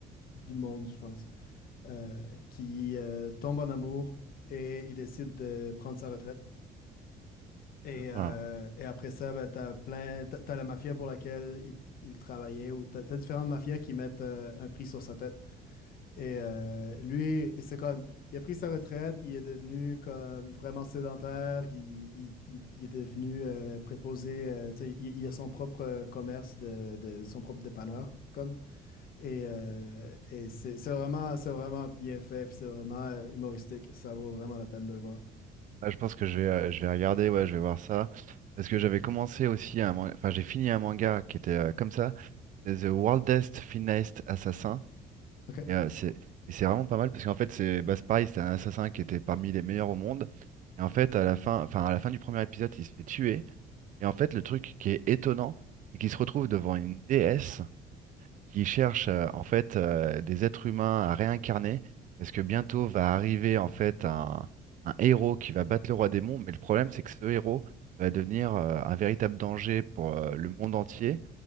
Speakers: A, on the left; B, on the right.
A: du monde, je pense, euh, qui euh, tombe en amour et il décide de prendre sa retraite. Et, euh,
B: Ah.
A: et après ça, ben, t'as plein, t'as, t'as la mafia pour laquelle il, il travaillait ou t'as, t'as différentes mafias qui mettent euh, un prix sur sa tête. Et euh, lui, et c'est comme, il a pris sa retraite, il est devenu comme vraiment sédentaire, il, il- il- il est devenu euh, préposé, euh, tu sais, il, il a son propre euh, commerce, de, de- son propre dépanneur, comme. Et, euh, et c'est c'est vraiment, c'est vraiment bien fait, puis c'est vraiment euh, humoristique, ça vaut vraiment la peine de le voir.
B: Ah, je pense que je vais, euh, je vais regarder, ouais, je vais voir ça. Parce que j'avais commencé aussi un manga, enfin j'ai fini un manga qui était euh, comme ça, c'est The Wildest Finest Assassin.
A: OK?
B: Et euh, c'est et c'est vraiment pas mal parce qu'en fait, c'est bah, c'est pareil, c'était un assassin qui était parmi les meilleurs au monde. Et en fait, à la fin, enfin, à la fin du premier épisode, il se fait tuer. Et en fait, le truc qui est étonnant, c'est qu'il se retrouve devant une déesse qui cherche euh, en fait euh, des êtres humains à réincarner parce que bientôt va arriver en fait un, un héros qui va battre le roi démon. Mais le problème, c'est que ce héros va devenir euh, un véritable danger pour euh, le monde entier.